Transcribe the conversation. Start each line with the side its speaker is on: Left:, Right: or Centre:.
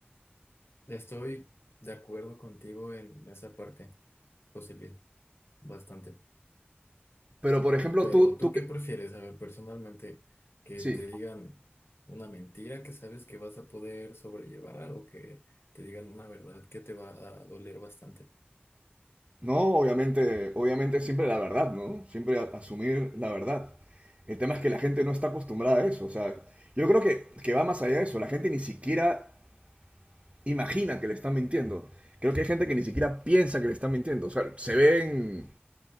Left: estoy de acuerdo contigo en esa parte, José Luis, bastante.
Right: Pero, por ejemplo,
Left: Pero
Right: tú,
Left: ¿tú
Right: tú,
Left: qué
Right: qué-
Left: prefieres? A ver, personalmente, que
Right: sí.
Left: te digan una mentira que sabes que vas a poder sobrellevar o que te digan una verdad que te va a doler bastante.
Right: No, obviamente, obviamente siempre la verdad, ¿no? Siempre a- asumir la verdad. El tema es que la gente no está acostumbrada a eso. O sea, yo creo que, que va más allá de eso. La gente ni siquiera imagina que le están mintiendo. Creo que hay gente que ni siquiera piensa que le están mintiendo. O sea, se ven,